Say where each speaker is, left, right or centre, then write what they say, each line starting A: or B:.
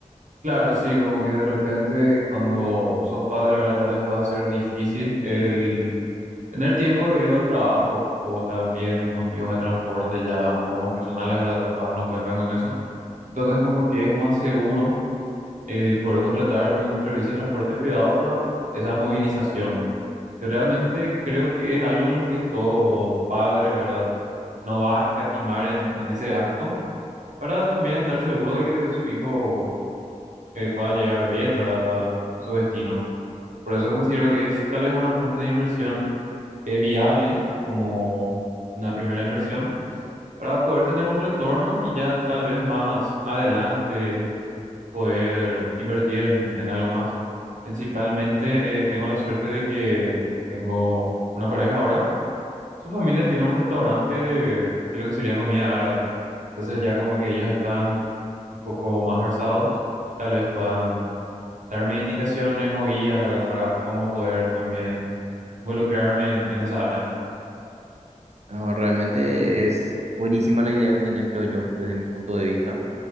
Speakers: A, on the right; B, on the right.
A: Claro, sí, como que de repente cuando sos padre, ahora tal vez pueda ser difícil el Tener tiempo debido al trabajo o también motivos de transporte ya un poco más personales, ¿verdad? Capaz no cuentan con eso. Entonces, como que es más seguro el poder contratar un servicio de transporte privado para esa movilización. Y realmente creo que es algo en lo que todo padre, ¿verdad? No va a escatimar en, en ese gasto para también estar seguro de que su hijo eh, pueda llegar bien, ¿verdad? A, a su destino. Por eso considero que es tal vez una fuente de inversión eh, viable como una primera inversión para poder tener un retorno y ya tal vez más adelante poder invertir en, en algo más. Principalmente eh, tengo la suerte de que tengo una pareja ahora. Su familia tiene un restaurante de, de lo que sería comida árabe. Entonces ya como que
B: Entiendo.
A: ellos están un poco más versados y tal vez puedan darme indicaciones o guías, ¿verdad? Para cómo poder también involucrarme en en esa área.
B: No, realmente es buenísima la idea que tenés, creo yo, desde mi punto de vista.